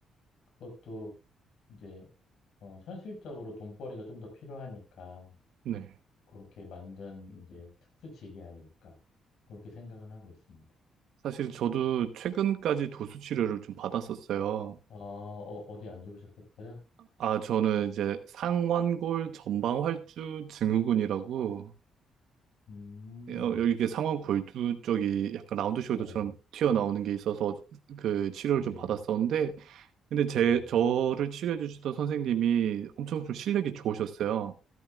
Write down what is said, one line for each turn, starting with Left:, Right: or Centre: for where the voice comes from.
Left: 그것도 이제, 어, 현실적으로 돈벌이가 좀 더 필요하니까,
Right: 네.
Left: 그렇게 만든 이제 특수직이 아닐까. 그렇게 생각은 하고 있습니다.
Right: 사실 저도 최근까지 도수치료를 좀 받았었어요.
Left: 어, 어, 디안 좋으셨었어요?
Right: 아, 저는 이제 상완골 전방활주 증후군이라고
Left: 음,
Right: 어, 여기 이게 상원 골두 쪽이 약간 라운드 숄더처럼
Left: 네,
Right: 튀어나오는 게 있어서 그 치료를
Left: 네.
Right: 좀 받았었는데, 근데 제,
Left: 네.
Right: 저를 치료해 주시던 선생님이 엄청 좀 실력이 좋으셨어요.